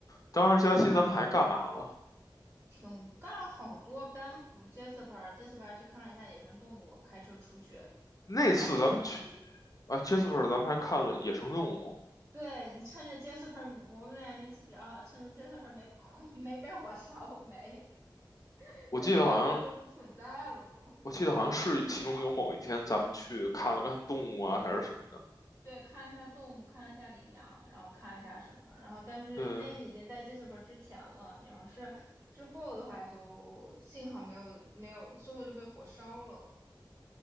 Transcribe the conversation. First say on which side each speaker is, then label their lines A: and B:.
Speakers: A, on the left; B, on the right.
A: 当时假期咱们还干嘛了？
B: 挺干了好多，班夫、Jasper、Jasper 去看了一下野生动物，开车出去。
A: 那次咱们去
B: 然后
A: 啊，Jasper，咱们还看了野生动物。
B: 对你趁着 Jasper，我们俩运气比较好，趁着 Jasper 没火没被火烧没 <laughs>，Jasper
A: 我记得好像，
B: 现在都不存在了都。
A: 我记得好像是其中有某一天咱们去看了看动物啊，还是什么的。
B: 对，看了一下动物，看了一下羚羊，然后看了一下什么，然后但是那已经在
A: 对，
B: Jasper 之前了。你要是之后的话就，幸好没有没有，之后就被火烧了。